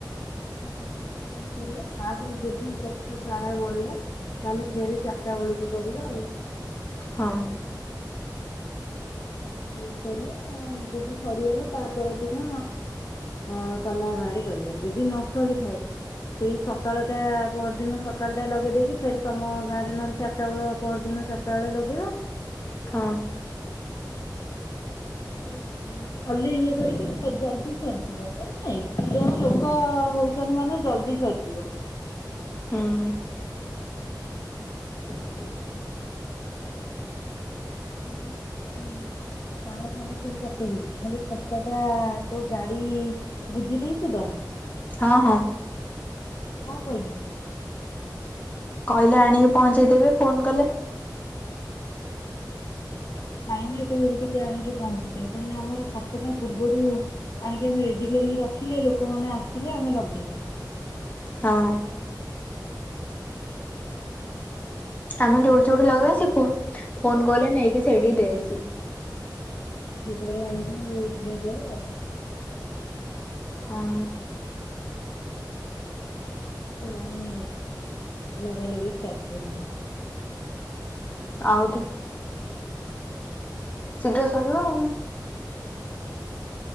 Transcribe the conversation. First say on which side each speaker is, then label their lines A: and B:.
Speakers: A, on the left; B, on the left.
A: ଦସ ଟା ସାଡେ ଦସ ଟା ପଯୈନ୍ତ କରିବା ତାପରେ ଯଦି କଥା ତାରା ବଢିଲ। ତାହେଲେ ଫେରି ଚାରିଟା ବେଳକୁ କରିବା ଆଉ।
B: ହଁ।
A: <unintelligible> ସକାଳ କୁ କରିବା ଯଦି ସରିଗଲା ତା ପରଦିନ। ହଁ ତମ ଗାଁ ରେ କରିବା ଯଦି ନ ସରିଥାଏ। ସେଇ ସକାଳଟା ପରଦିନ ସକାଳ ଟା ଲଗେଇଦେଇକି ଫେ ତମ ଗାଁ ରେ ନହେଲେ ଚାରିଟା ବେଳ ପହର ଦିନ। ଚଟାବେଳେ ଲଗେ ଆ।
B: ହଁ।
A: <unintelligible> ଖାଲି ଇଏ କରିକି ଜଲଦି ସରିଯିବ କାଁକି ନା ଏତେ ଜଣ ଲୋକ ହଉଛନ୍ତି ମାନେ। ଚାଲଦି ସରିଯିବା।
B: ହଁ।
A: <unintelligible>
B: <unintelligible>
A: <inaudible> ତାରଥାର ସବୁ ପକେଇ ଦେଇଛି ଖାଲି ସତ ଟା ତୁ ଗାଡି ବୁଝି ଦେଇେଇଛୁ ତ।
B: ହଁ ହଁ।
A: ତ କଣ କହିଲି।
B: କହିଲେ ଆଣିକି ପହଞ୍ଚେଇଦେବେ ଫୋନ କଲେ।
A: ଟାଇମ ରେ କହିବୁ ଟିକେ ଆଣିକି ପହଞ୍ଚିଦେବେ କାହିଁକିନା ଆମର ସାତଟା ପୂର୍ବରୁ। ଆଣିକି ଆମେ ରେଡି କରିକି ରଖିଲେ ଲୋକମାନେ ଆସିଲେ ଆମେ ଲଗେଇବା।
B: ହଁ। ଆମେ ଯୋଉଠି
A: ମୁଁ
B: ଯୋଉଠି
A: ଭାବିଲି
B: ଲଗେଇବାସି ଫୋନ କଲେ ନେଇକି ସେଇଠି ଦେଇଛି।
A: ଆଣିକି ଦେଇଦବ ଆଉ।
B: ହଁ।
A: ଆମେ। ଲଗାଲଗି ଷ୍ଟାର୍ଟ କରିଆ।
B: ଆଉଠ। ଶୀଘ୍ର ସରିବ ଆଉ।